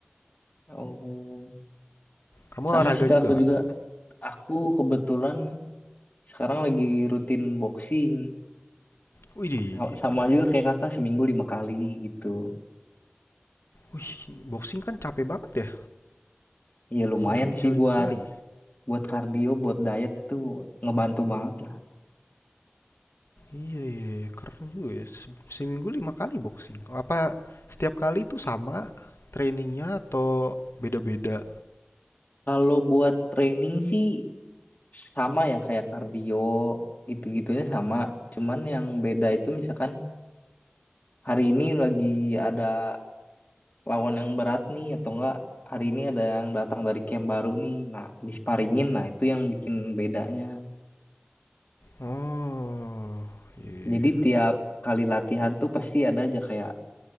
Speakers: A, on the left; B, on the left.
A: Oh,
B: Kamu
A: sama
B: olahraga
A: sih Kak
B: juga
A: aku
B: nggak?
A: juga. Aku kebetulan sekarang lagi rutin boxing.
B: Widih,
A: Sa- Sama
B: keren.
A: juga kayak Kakak seminggu lima kali gitu.
B: Wih, boxing kan capek banget ya.
A: Iya lumayan
B: Seminggu bisa
A: sih
B: lima
A: buat
B: kali.
A: buat kardio, buat diet itu ngebantu banget lah.
B: Iya, iya, iya. keren juga ya. Seminggu lima kali boxing. Apa setiap kali itu sama trainingnya atau beda-beda?
A: Kalau buat training sih sama ya kayak kardio gitu-gitunya sama. Cuman yang beda itu misalkan hari ini lagi ada lawan yang berat nih atau enggak hari ini ada yang datang dari camp baru nih nah disparingin nah itu yang bikin bedanya
B: Oh, iya.
A: jadi tiap kali latihan tuh pasti ada aja kayak